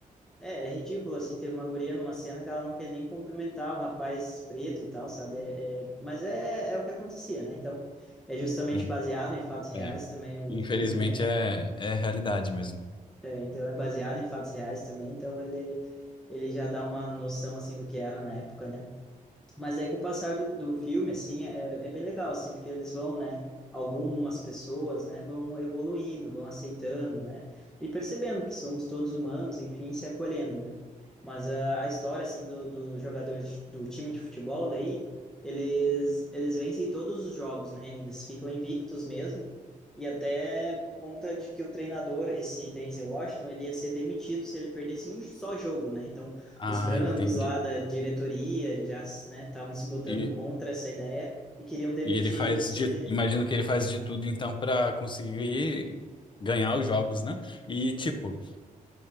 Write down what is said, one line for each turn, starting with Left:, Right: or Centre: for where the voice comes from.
Centre: É, é ridículo, assim, ter uma guria numa cena que ela não quer nem cumprimentar o rapaz preto e tal, sabe? É, é- mas é, é o que acontecia, né? Então, é justamente
Left: Hum.
Centre: baseado em fatos reais
Left: é.
Centre: também o
Left: Infelizmente
Centre: filme, né?
Left: é, é a realidade mesmo.
Centre: É, então é baseado em fatos reais também, então ele, ele já dá uma noção assim do que era na época, né? Mas aí com o passar do, do filme, assim, é, é bem legal, assim, porque eles vão, né, algumas pessoas, né, vão evoluindo, vão aceitando, né, e percebendo que somos todos humanos, enfim, se acolhendo, né. Mas a, a história, assim, do, do jogador de- do time de futebol daí, eles, eles vencem todos os jogos, né, eles ficam invictos mesmo, e até por conta de que o treinador, esse Denzel Washington, ele ia ser demitido se ele perdesse um só jogo, né, então
Left: Ah,
Centre: os brancos
Left: entendi.
Centre: lá da diretoria já, né, estavam se botando
Left: E,
Centre: contra essa ideia e queriam demitir
Left: e ele faz
Centre: ele se
Left: de,
Centre: ele...
Left: imagino que ele faz de tudo então para conseguir ganhar os jogos, né? E tipo,